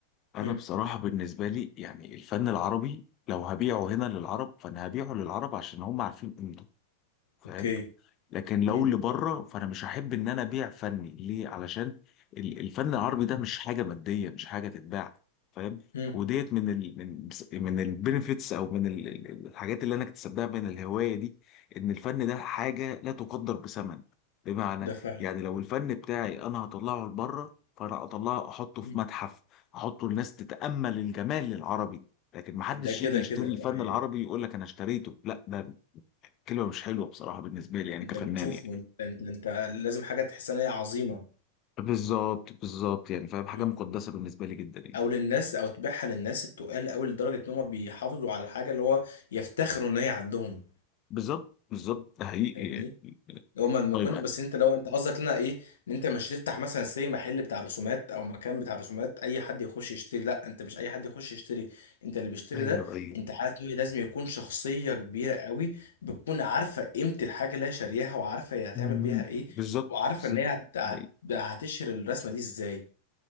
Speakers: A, on the left; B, on the left.
A: انا
B: مم.
A: بصراحه بالنسبه لي يعني الفن العربي لو هبيعه هنا للعرب فانا هبيعه للعرب عشان هم عارفين قيمته فاهم
B: اوكي
A: لكن لو
B: مم.
A: اللي بره فانا مش هحب ان انا ابيع فني ليه علشان ال- الفن العربي ده مش حاجه ماديه مش حاجه تتباع فاهم
B: مم.
A: وديت من ال من من البنفيتس او من ال- ال- الحاجات اللي انا اكتسبتها من الهوايه دي ان الفن ده حاجه لا تقدر بثمن بمعنى
B: ده فعلا
A: يعني لو الفن بتاعي انا هطلعه لبره فانا اطلعه احطه
B: مم.
A: في متحف احطه الناس تتامل الجمال العربي لكن محدش
B: ده كده
A: يجي يشتري
B: كده
A: الفن
B: يعني
A: العربي يقول لك انا اشتريته لا ده كلمه مش حلوه بصراحه بالنسبه لي يعني
B: انت
A: كفنان
B: بتشوف
A: يعني
B: وانت انت, انت لازم حاجه تحس ان هي عظيمه
A: بالظبط بالظبط يعني فاهم حاجه
B: مم.
A: مقدسه بالنسبه لي جدا يعني
B: او للناس او تبيعها للناس التقال قوي لدرجه ان هم بيحافظوا على الحاجه اللي هو يفتخروا ان هي عندهم
A: بالظبط بالظبط ده حقيقي
B: فاهمني
A: يعني
B: هو ما ما
A: طيب
B: كنت بس انت لو انت قصدك لنا ايه ان انت مش هتفتح مثلا سي محل بتاع رسومات او مكان بتاع رسومات اي حد يخش يشتري لا انت مش اي حد يخش يشتري انت اللي بيشتري
A: ايوه
B: ده
A: ايوه
B: انت عارف انه لازم يكون شخصية كبيرة قوي بتكون عارفة قيمة الحاجة اللي هي شارياها وعارفة هي هتعمل
A: مم.
B: بيها ايه
A: بالظبط
B: وعارفة
A: بالظبط
B: ان هي هت... هت...
A: ده حقيقي.
B: هتشهر الرسمة دي ازاي